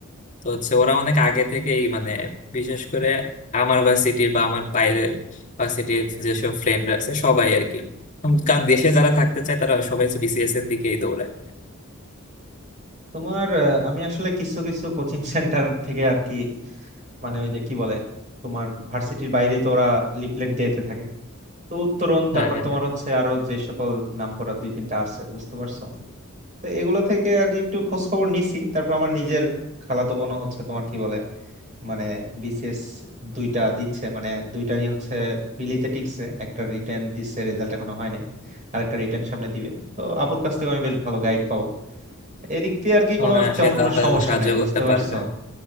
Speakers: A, on the left; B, on the right.
A: তো হচ্ছে ওরা অনেক আগে থেকেই মানে বিশেষ করে আমার ভার্সিটির বা আমার বাইরের ভার্সিটির যেসব ফ্রেন্ডরা আছে সবাই আর কি উম, কারণ দেশে যারা থাকতে চায় তারা সবাই বিসিএস এর দিকেই দৌড়ায়
B: তোমার আহ, আমি আসলে কিছু কিছু কোচিং সেন্টার <laughs> থেকে আর কি মানে ওই যে কি বলে তোমার ভার্সিটির বাইরেই তো ওরা লিফলেট দিতে থাকে তো উত্তরণ
A: হ্যাঁ
B: তারপর
A: হ্যাঁ
B: তোমার
A: হ্যাঁ
B: হচ্ছে আরো যে সকল নাম করা দুই তিনটা আছে বুঝতে পারছো তো এগুলো থেকে আর কি একটু খোঁজ খবর নিছি তারপর আমার নিজের খালাতো বোনও হচ্ছে তোমার কি বলে মানে বিসিএস দুইটা দিচ্ছে মানে দুইটারই হচ্ছে প্রিলিতে টিকছে একটা রিটেন দিচ্ছে রেজাল্ট এখনো হয় নাই আর একটা রিটেন সামনে দিবে তো আপুর কাছ থেকে আমি বেশ ভালো গাইড পাবো এদিক দিয়ে আর কি কোনো
A: ও হ্যাঁ
B: তেমন
A: সে তা
B: কোনো
A: তাহলে
B: সমস্যা
A: সাহায্য
B: নাই বুঝতে
A: করতে
B: পারছো
A: পারবে